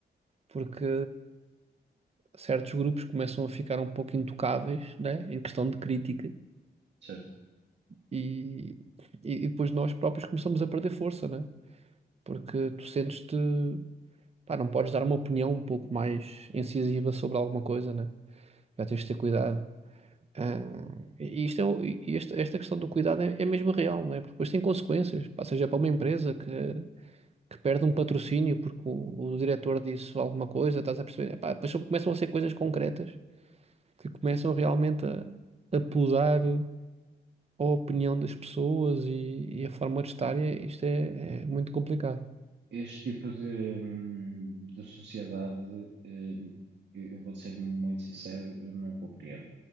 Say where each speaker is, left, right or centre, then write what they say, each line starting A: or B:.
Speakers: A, on the right; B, on the right.
A: Porque certos grupos começam a ficar um pouco intocáveis, né? Em questão de crítica
B: Certo.
A: e, e e depois nós próprios começamos a perder força, né? Porque tu sentes-te, pá, não podes dar uma opinião um pouco mais incisiva sobre alguma coisa, né? Já tens de ter cuidado. Ah, e isto é, o- e esta, esta questão do cuidado é, é mesmo real, não é? Porque depois tem consequências, pá, seja para uma empresa que, que perde um patrocínio porque o, o diretor disse alguma coisa, estás a perceber? Epá, depois só começam a ser coisas concretas que começam realmente a, a podar a opinião das pessoas e, e a forma de estar, e é- isto é, é muito complicado.
B: Este tipo de, hum, de sociedade, hum, eu eu vou ser muito sincero, eu não compreendo.